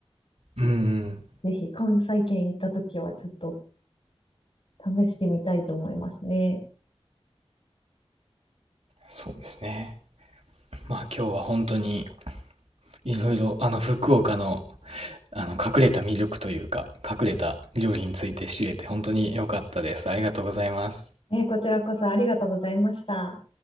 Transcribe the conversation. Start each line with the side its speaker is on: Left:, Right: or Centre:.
Right: うんうん。
Left: ぜひ関西圏行った時はちょっと試してみたいと思いますね。
Right: そうですね。まあ今日は本当にいろいろあの福岡のあの隠れた魅力というか隠れた料理について知れて本当に良かったです。ありがとうございます。
Left: えーこちらこそありがとうございました。